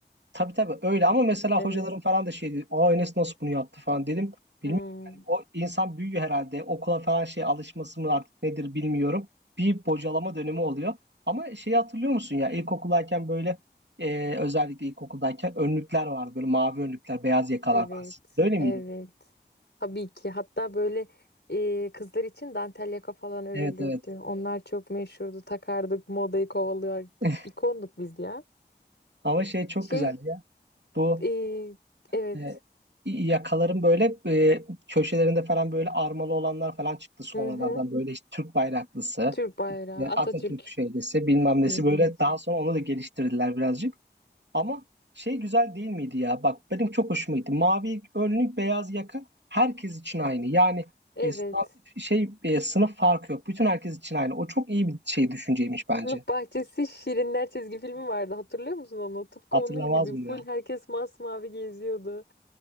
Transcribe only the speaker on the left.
Evet.
Hmm.
Evet,
evet.
Tabii ki. Hatta böyle e, kızlar için dantel yaka falan örülürdü.
Onlar çok meşhurdu. Takardık, modayı kovalıyorduk.
İkonduk biz ya.
Şey,
e, evet.
Hı hı.
Türk bayrağı,
Atatürk.
Hı
hı.
Evet.
Sınıf
bahçesi Şirinler çizgi filmi vardı. Hatırlıyor musun onu? Tıpkı
onun gibi
full
herkes masmavi geziyordu.